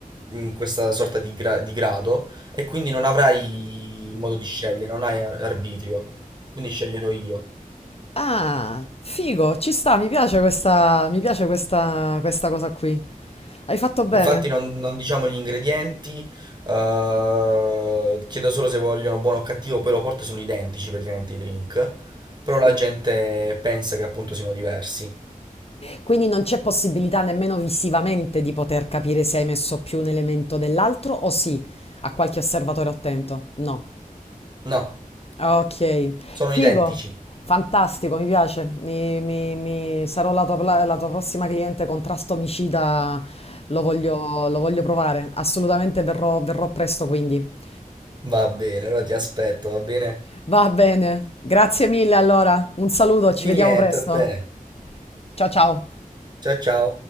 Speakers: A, on the right; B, on the left.
A: in questa sorta di, gra- di grado e quindi non avrai modo di scegliere, non hai ar- arbitrio, quindi sceglierò io.
B: Ah, figo, ci sta, mi piace questa, mi piace questa, questa cosa qui. Hai fatto bene.
A: Infatti non, non diciamo gli ingredienti, eh, chiedo solo se vogliono buono o cattivo, poi lo porto e sono identici praticamente i drink, però
B: Sì.
A: la gente pensa che appunto siano diversi.
B: Quindi non c'è possibilità nemmeno visivamente di poter capire se hai messo più un elemento dell'altro o sì, a qualche osservatore attento. No.
A: No,
B: Ok,
A: sono
B: figo,
A: identici.
B: fantastico, mi piace. Mi, mi- mi- Sarò la tua, pla- la tua prossima cliente contrasto omicida, lo voglio, lo voglio provare. Assolutamente verrò verrò presto quindi.
A: Va bene, allora ti aspetto, va bene?
B: Va bene, grazie mille allora, un saluto, ci
A: Di
B: vediamo
A: niente
B: presto.
A: a te.
B: Ciao ciao.
A: Ciao ciao.